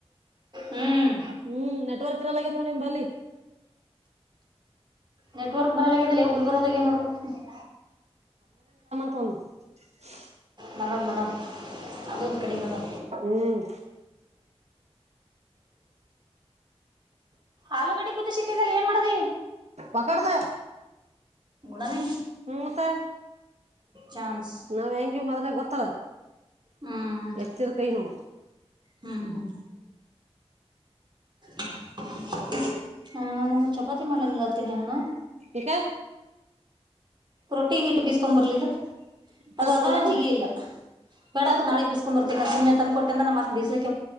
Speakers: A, on the right (about 45°); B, on the right (about 85°).
A: ಹ್ಮ್
B: ಹ್ಮ್ ನೆಟ್ವರ್ಕ್. ಒಳಗ ನೋಡಿ ನಿಂಬಲ್ಲಿ.
A: ನೆಟ್ವರ್ಕ್ ಬರಲದಲ್ಲ ಗುಲ್ಬರದಾಗ ಏನ್ ನೋಡ್ಬೇಕ
B: ಹಂಗ
A: ನಡಮ ನಡಮ ಅದಂದು ಕಡಿ ಮಾಾ
B: ಹ್ಮ್
A: ಆಲೂಗಡೆ ಕುದ ಸಿಟ್ಟಿದ್ದಲ್ಲಿ ಏನ್ ಮಾಡ್ದಿ
B: ಒಕ್ಕಡದ
A: ಗುಡ ನೀ
B: ಹ್ಮ್ ಮತ್ತೆ
A: ಚಾನ್ಸ್
B: ನಾವ್ ಹೆಂಗಗೆ ಮೊದ್ಲಾಗ ಗೊತ್ತಾರ
A: ಹ್ಮ್
B: ಎಚ್ಚದ ಕೈ ನೋ
A: ಹ್ಮ್ ಹ್ಮ್ ಹ ನಾನು ಚಪಾತಿ ಮಾಡ್ಲನ್ಲ್ಲಾತೀನಿ ಅವಾನು
B: ಈಕ
A: ರೊಟ್ಟಿ ಹಟ್ಟು ಬೀಸ್ಕೊ್ ಬರ್ಲಿಲ್ಲ ಅದು
B: ತಂದ್
A: ಅದ
B: ಕೊಡ್ಲಾನ
A: ಜಿಗಿ ಇಲ್ಲ ಬೇಡ
B: ತಂದ್
A: ನಾಳೆ
B: ಕೊ
A: ಬಿಸಸ್ಕೊಂಡ್ ಬರ್ತೀನ ನ ಸುಮ್ನೆ ತಂದ ಕೊಟ್ಟ ಅಂದ್ರೆ ನ ಮತ್ತ ಬೀ್ಲಿಕ್ಕೆ